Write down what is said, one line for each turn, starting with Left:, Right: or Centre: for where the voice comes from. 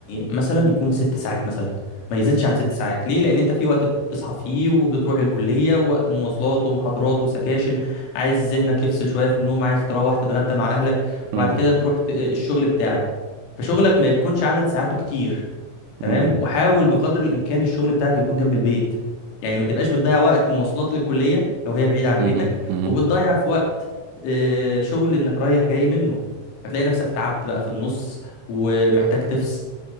Left: مثلا يكون ست ساعات مثلا ما يزيدش عن ست ساعات ليه لان انت في وقت بتصحى فيه وبتروح الكليه ووقت مواصلات ومحاضرات وسكاشن عايز ذهنك يفصل شويه في النوم عايز تروح تتغدى مع اهلك
Right: امم
Left: وبعد كده تروح ت- آه، الشغل بتاعك فشغلك ما يكونش عدد ساعاته كتير تمام
Right: امم
Left: وحاول بقدر الامكان الشغل بتاعك يكون جنب البيت يعني ما تبقاش بتضيع وقت مواصلات للكليه لو هي بعيده عن
Right: امم
Left: بيتك
Right: امم
Left: وبتضيع في وقت آه، شغل انك رايح جاي منه هتلاقي نفسك تعبت بقى في النص ومحتاج تفصل